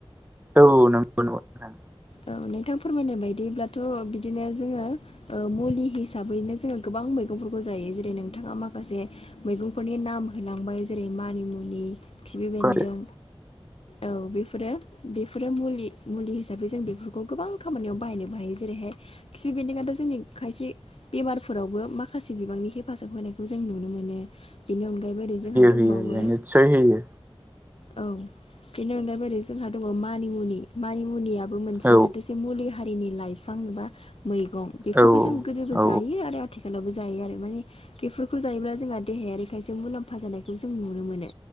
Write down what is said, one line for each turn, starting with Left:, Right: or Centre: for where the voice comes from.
Right: औ नंगौ नोंथां
Left: औ नोंथां फोरमायनाय बायदिब्लाथ' बिदिनो जोङो ओ मुलि हिसाबैनो जोङो गोबां मैगंफोरखौ जायो जेरै नोंथाङा माखासे मैगंफोरनि नाम होलांबाय जेरै मानिमुनि खिबि बेन्दों
Right: उम होयो
Left: औ बेफोरो बेफोरो मुलि मुलि हिसाबै जों बेफोरखौ‌ गोबां खामानियाव‌ बाहायनोबो हायो जेरैहाय खिफि बेन्दोंआथ' खायसे बेमार फोरावबो माखासे बिबांनि हेफाजाब होनायखौ जों नुनो मोनो। बेनि अनगायैबो ओरै जोंहा दंबावो
Right: होयो होयो निस्सय होयो
Left: औ बेनि अनगायैबो ओरै जोंहा दङ मानिमुनि मानिमुनियाबो मोनसे
Right: औ
Left: जाथोसे मुलि हारिनि लाइफां एबा मैगं बेखौबो
Right: औ
Left: जों गोदोबो
Right: औ
Left: जायो आरो आथि खालावबो जायो आरो माने बेफोरखौ जायोब्ला जोंहा देहायारि खायसे मुलाम्फा जानायखौ जों नुनो मोनो।